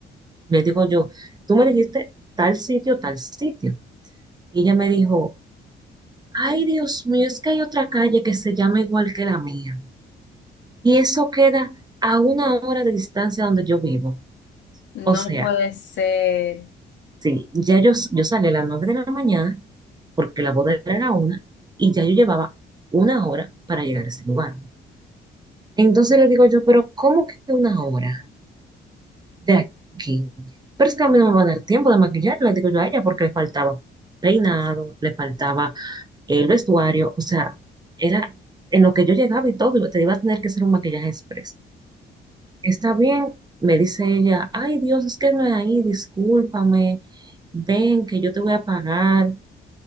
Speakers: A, on the right; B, on the left.
A: Le digo yo, tú me dijiste tal sitio, tal sitio. Y ella me dijo, ay, Dios mío, es que hay otra calle que se llama igual que la mía. Y eso queda a una hora de distancia donde yo vivo.
B: no
A: O sea,
B: puede ser.
A: sí, ya yo, yo salí a las nueve de la mañana porque la boda era una y ya yo llevaba una hora para llegar a ese lugar. Entonces le digo yo, pero ¿cómo que una hora de aquí? Pero es que a mí no me va a dar tiempo de maquillar, le digo yo a ella, porque le faltaba peinado, le faltaba eh, el vestuario, o sea, era en lo que yo llegaba y todo, y te iba a tener que hacer un maquillaje express. Está bien, me dice ella, ay Dios, es que no es ahí, discúlpame, ven que yo te voy a pagar.